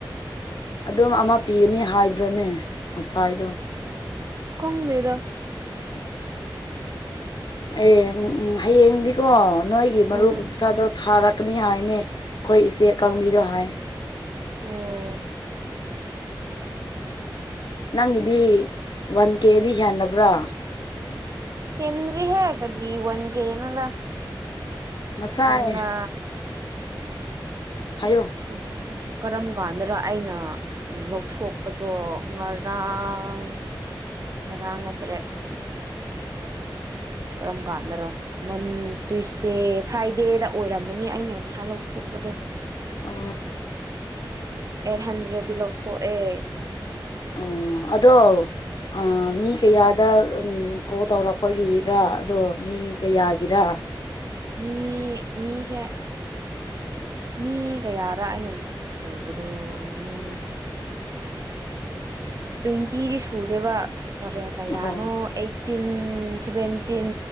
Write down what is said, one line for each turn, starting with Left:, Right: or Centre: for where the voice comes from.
Left: ꯑꯗꯨꯝ ꯑꯃ ꯄꯤꯒꯅꯤ ꯍꯥꯏꯗ꯭ꯔꯣꯅꯦ ꯉꯁꯥꯏꯗꯣ
Right: ꯀꯣꯡꯗꯗ
Left: ꯎꯝ ꯑꯦ ꯎꯝ ꯍꯌꯦꯡꯗꯤꯀꯣ ꯅꯣꯏꯒꯤ ꯃꯔꯨꯞ
Right: ꯎꯝ
Left: ꯄꯁꯥꯗꯣ ꯊꯥꯔꯛ ꯀꯛꯅꯤ ꯍꯥꯏꯅꯦ ꯑꯩꯈꯣꯏ ꯏꯆꯦꯀꯪꯕꯤꯗꯣ ꯍꯥꯏ
Right: ꯑꯣ
Left: ꯅꯪꯒꯤꯗꯤ ꯋꯥꯟ ꯀꯦꯗꯤ ꯍꯦꯟꯂꯕ꯭ꯔꯥ
Right: ꯍꯦꯟꯗ꯭ꯔꯤ ꯍ ꯀꯗꯤꯖꯤ ꯋꯥꯟ ꯀꯦ ꯌꯦꯅꯗ
Left: ꯉꯁꯥꯏ
Right: ꯉ
Left: ꯍꯥꯏꯌꯣ
Right: ꯍ ꯍ ꯎꯝ ꯀꯔꯝ ꯀꯥꯟꯗꯗ ꯑꯩꯅ ꯎ ꯂꯧꯊꯣꯛꯄꯗꯣ ꯉꯔꯥꯡ ꯔꯃꯠꯇꯔ ꯀꯔꯝ ꯀꯥꯟꯗꯔꯣ ꯃꯟ ꯇ꯭ꯁꯗꯦ ꯐ꯭ꯔꯥꯏꯗꯦꯗ ꯑꯣꯏꯔꯝꯃꯅꯤ ꯑꯩꯅ ꯄꯩꯁꯥ ꯂꯧꯊꯣꯛ ꯖꯣ
Left: ꯑ
Right: ꯑꯩꯠ ꯍꯟꯗ꯭ꯔꯦꯗꯗꯤ ꯂꯧꯊꯣꯛꯑꯦ
Left: ꯑꯣ ꯑꯗꯣ ꯑ ꯃꯤ ꯀꯌꯥꯗ ꯎꯝ ꯀꯣꯜ ꯇꯧꯔꯛꯄꯒꯤꯔ ꯑꯗꯣ ꯃꯤꯒꯌꯥꯒꯤꯔ
Right: ꯃꯤ ꯃꯤꯁꯦ ꯃꯤ ꯀꯌꯥꯔ ꯑꯩꯅ ꯇꯧꯕꯗꯣ ꯃꯤ
Left: <unintelligible>
Right: ꯇ꯭ꯋ ꯏꯟꯇꯤꯗꯤ ꯁꯨꯗꯦꯕ ꯀꯔꯦ ꯀꯌꯥꯅꯣ
Left: ꯑꯣ
Right: ꯑꯩꯠꯇꯤꯟ ꯁꯚꯦꯟꯇꯤꯟ